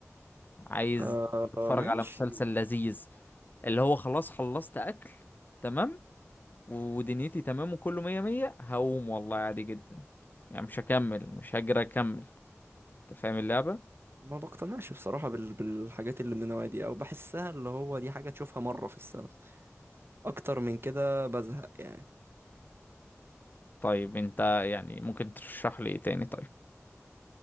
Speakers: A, on the left (about 40°); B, on the right (about 50°).
A: عايز
B: آه
A: اتفرج
B: ماشي
A: على مسلسل لذيذ اللي هو خلاص خلصت اكل تمام ودنيتي تمام وكله مية مية هقوم والله عادي جدا يعني مش هكمل مش هجري اكمل انت فاهم اللعبة
B: ما بقتنعش بصراحة بال... بالحاجات اللي من النوع دي او بحسها اللي هو دي حاجة تشوفها مرة في السنة اكتر من كده بزهق يعني
A: طيب انت يعني ممكن ترشح لي ايه تاني طيب